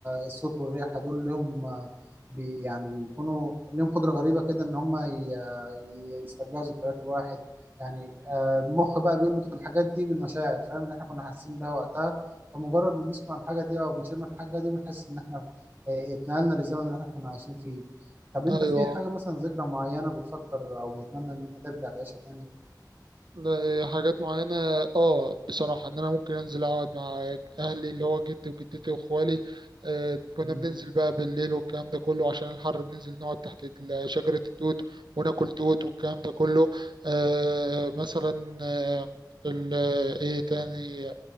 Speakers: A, on the right (about 25°); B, on the right (about 85°).
A: الصوت والريحه دول لهم آه، بي يعني بيكونوا لهم قدره غريبه كده ان هم ي- يسترجعوا ذكريات الواحد يعني آه، المخ بقى بيربط الحاجات دي بالمشاعر فاهم اللي احنا كنا حاسين بيها وقتها فمجرد ما بنسمع الحاجة دي أو بنشم الحاجة دي بنحس إن احنا آه، اتنقلنا للزمن اللي احنا كنا عايشين فيه طب
B: فايوه
A: أنت في حاجة مثلا ذكرى معينة بتفكر أو بتتمنى إن أنت ترجع تعيشها تاني؟
B: ده حاجات معينة اه بصراحة ان انا ممكن انزل اقعد مع اهلي اللي هو جدي وجدتي واخوالي آه كنا
A: مم،
B: بننزل بقى بالليل والكلام ده كله عشان الحر بننزل نقعد تحت ال- شجرة التوت وناكل توت والكلام ده كله آه مثلا آه ال- ايه تاني